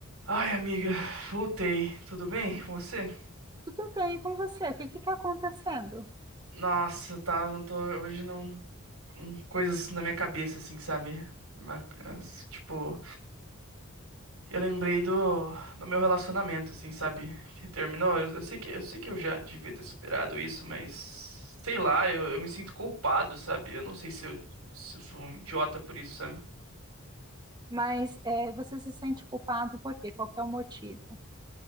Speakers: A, on the right; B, on the right.
A: Ai, amiga, voltei. Tudo bem com você?
B: Tudo bem com você? O que que está acontecendo?
A: Nossa, tá, não tô, hoje não, hum, coisas na minha cabeça, assim, sabe? Mas, tipo, eu lembrei do, do meu relacionamento, assim, sabe? Que terminou. Eu, eu sei que, eu sei que eu já devia ter superado isso, mas sei lá, eu, eu me sinto culpado, sabe? Eu não sei se eu, se eu sou um idiota por isso, sabe?
B: Mas é, você se sente culpado por quê? Qual que é o motivo?